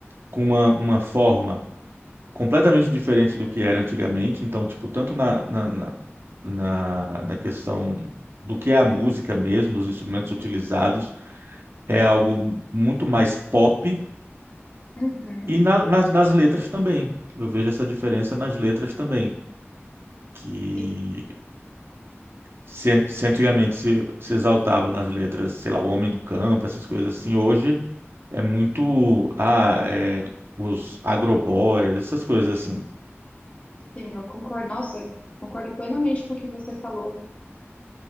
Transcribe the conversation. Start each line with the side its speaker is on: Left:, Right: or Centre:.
Right: com uma, uma forma completamente diferente do que era antigamente. Então, tipo, tanto na, na, na, na na questão do que é a música mesmo, dos instrumentos utilizados, é algo muito mais pop.
Left: uhum.
Right: E na, nas, nas letras também. Eu vejo essa diferença nas letras também. Que
Left: Sim,
Right: Se, an- se antigamente se, se exaltava nas letras, sei lá, o homem do campo, essas coisas assim, hoje é muito ah, é, os agroboys, essas coisas assim.
Left: sim, eu concordo. Nossa, concordo plenamente com o que você falou.